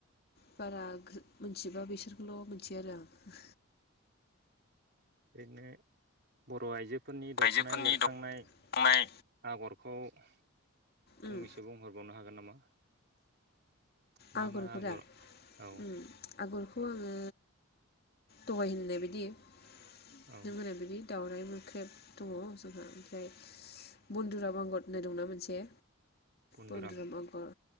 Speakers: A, on the left (about 45°); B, on the right (about 50°).
A: बारा गो मिथिजोबा बिसोरखौल' मिथियो आरो आं।
B: ओरैनो बर'आइजोफोरनि दख'नायाव
A: आइजोफोरनि
B: एरखांनाय
A: दनाय
B: आगरखौ फंनैसो
A: उम
B: बुंहरबावनो हागोन नामा? मा
A: आगरखौ
B: मा आगर
A: दा
B: औ
A: उम आगरखौ आङो दहाय होननाय बायदि नों
B: औ
A: होननाय बायदि दाउराय मोख्रेब दङ जोंहा ओमफ्राय बनन्दुराम आगर होननाय दंना मोनसे
B: बन्दुराम
A: बनदुराम आगर